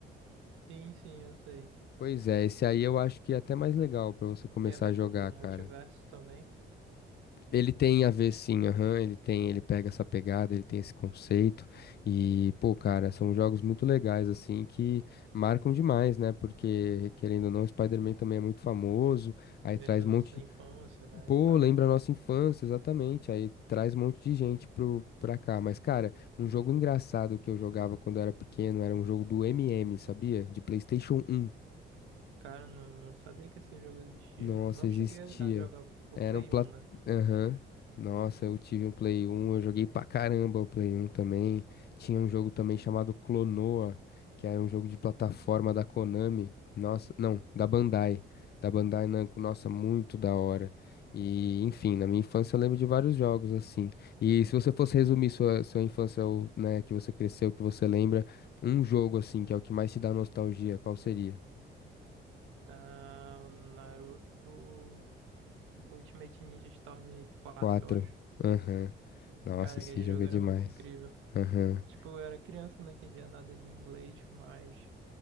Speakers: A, on the right (about 85°); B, on the left (about 55°).
A: Sim, sim, eu sei.
B: Pois é, esse aí eu acho que é até mais legal pra você começar
A: Tem a ver
B: a jogar,
A: com o
B: cara.
A: multiverso também.
B: Ele tem a ver sim, aham, ele tem, ele pega essa pegada, ele tem esse conceito e, pô, cara, são jogos muito legais assim que marcam demais, né? Porque querendo ou não, o Spider-Man também é muito famoso, aí
A: Lembra
B: traz
A: a
B: um
A: nossa
B: monte
A: infância, né,
B: Pô,
A: e tal.
B: lembra a nossa infância, exatamente. Aí traz um monte de gente pro, pra cá. Mas, cara, um jogo engraçado que eu jogava quando eu era pequeno era um jogo do MM, sabia? De PlayStation 1.
A: Cara, eu não, não sabia que esse jogo existia.
B: Nossa,
A: Não
B: existia.
A: cheguei a jogar o o
B: Era
A: Play
B: um plat...
A: 1, né?
B: Aham. Nossa, eu tive um Play 1, eu joguei pra caramba o Play 1 também. Tinha um jogo também chamado Clonoa, que era um jogo de plataforma da Konami. Nossa, não, da Bandai. Da Bandai Namco, nossa, muito da hora. E, enfim, na minha infância eu lembro de vários jogos assim. E se você fosse resumir sua, sua infância, o- né, que você cresceu, que você lembra, um jogo assim, que é o que mais te dá nostalgia, qual seria?
A: Ah, o Naruto Ultimate Ninja Storm quatro
B: Quatro.
A: eu acho.
B: Aham. Nossa,
A: Cara,
B: esse
A: aquele
B: jogo
A: jogo
B: é
A: era
B: demais.
A: muito incrível.
B: Aham.
A: Tipo, eu era criança, não entendia nada de inglês, mas